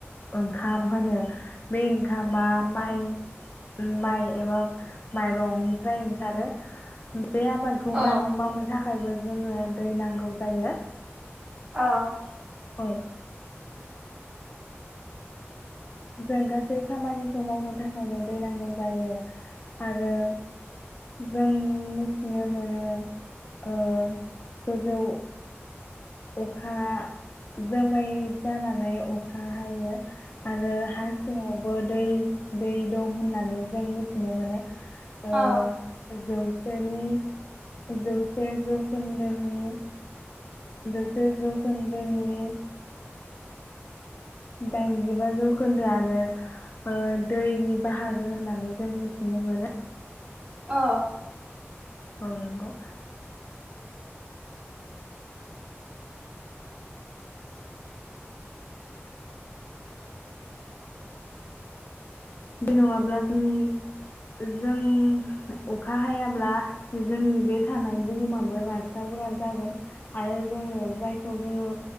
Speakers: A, on the left; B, on the right.
A: ओंखाम होनो बे ओंखामा माइ माइ एबा माइरंनिफ्राय ओंखारो बे आबादखौ
B: औ
A: मावनो थाखायबो जोङो दै नांगौ जायो
B: औ
A: औ जों गासै खामानिखौ मावनो थाखायनो दै नांगौ जायो आरो जों मिथिनो मोनो ओ गोजौ अखा जोमै जानानै अखा हायो आरो हा सिङावबो दै दै दं होननानै जों मिथिनो मोनो ओ
B: अ
A: जौसेनि जौसे जौखोन्दोनि जौसे जौखोनदोंनि दाइनजिबा जौखोन्दोआनो ओ दैनि बाहागो होननानै जों मिथिनो मोनो
B: अ
A: औ नंगौ बे नङाब्ला जोंनि जों अखा हायाब्ला जोंनि बे थानाय बुहुमाबो रानस्रावग्रा जागोन आरो जोङो जाय खौ जोङो